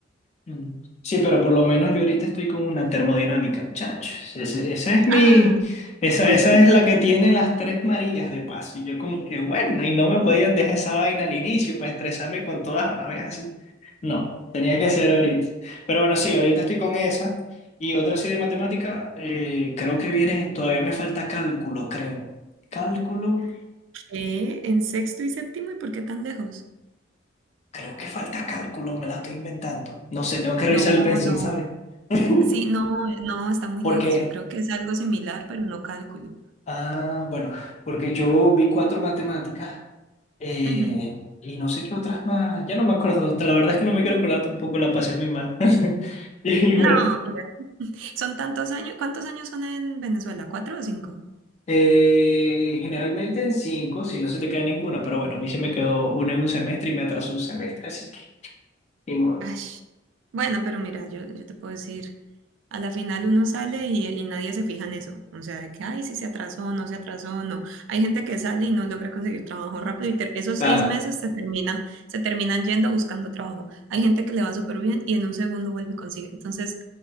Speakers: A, on the left; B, on the right.
A: Mm. Sí, pero por lo menos yo ahorita estoy con una termodinámica. Chacho, ese- esa es mi,
B: Ah,
A: esa,
B: <laughs>
A: esa es la que tiene las tres Marías de paso. Y yo como que, bueno, y no me podían dejar esa vaina al inicio para estresarme con todas a la vez así. No, tenía que ser ahorita. Pero bueno, sí, ahorita estoy con esa. Y otra así de matemática, eh, creo que viene, todavía me falta cálculo, creo. Cálculo.
B: ¿qué? ¿En sexto y séptimo? ¿Y por qué tan lejos?
A: Creo que falta cálculo, me la estoy inventando. No sé, tengo que
B: No,
A: revisar el pensum,
B: no.
A: ¿sabes? <laughs>
B: Sí, no, no, está muy
A: Porque,
B: lejos. Yo creo que es algo similar, pero no cálculo.
A: ah, bueno, porque yo vi cuatro matemáticas eh,
B: Ujú.
A: y no sé qué otras más. Ya no me acuerdo, la verdad es que no me quiero acordar tampoco, la pasé muy mal. <laughs> Y
B: No,
A: bueno,
B: Son tantos años, ¿cuántos años son en Venezuela? ¿Cuatro o cinco?
A: eh, generalmente en cinco, si no se te queda ninguna, pero bueno, a mí se me quedó una en un semestre y me atrasó un semestre, así que, ni modo.
B: Ash. Bueno, pero mira, yo, yo te puedo decir, a la final uno sale y, y nadie se fija en eso. O sea, de que, ay, si se atrasó, no se atrasó, no. Hay gente que sale y no logra conseguir trabajo rápido y ter- esos
A: Claro.
B: seis meses se termina, se terminan yendo buscando trabajo. Hay gente que le va súper bien y en un segundo vuelve y consigue. Entonces,